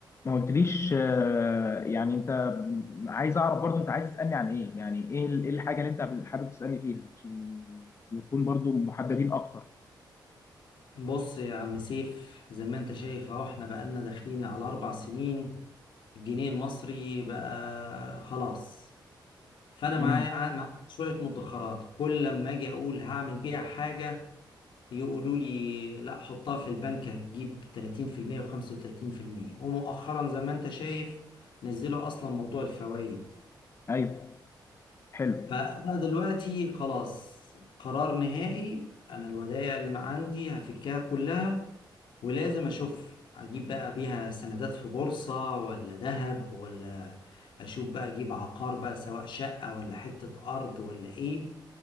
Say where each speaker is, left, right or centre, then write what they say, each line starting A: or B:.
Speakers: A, on the left; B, on the left.
A: ما قلتليش آه، يعني انت عايز اعرف برضو انت عايز تسألني عن ايه يعني ايه ال- إيه الحاجة اللي انت حابب تسألني فيها عشان نكون برضو محددين اكتر
B: بص يا عم سيف زي ما انت شايف اهو احنا بقالنا داخلين على اربع سنين الجنيه المصري بقى خلاص فانا
A: امم
B: معايا ع- معايا شوية مدخرات كل لما اجي اقول هعمل بيها حاجة يقولوا لي لا حطها في البنك هتجيب 30% و35% ومؤخرا زي ما انت شايف نزلوا اصلا موضوع الفوائد
A: ايوه حلو
B: فانا دلوقتي خلاص قرار نهائي انا الودائع اللي ما عندي هفكها كلها ولازم اشوف اجيب بقى بيها سندات في بورصة ولا ذهب ولا اشوف بقى اجيب عقار بقى سواء شقة ولا حتة ارض ولا ايه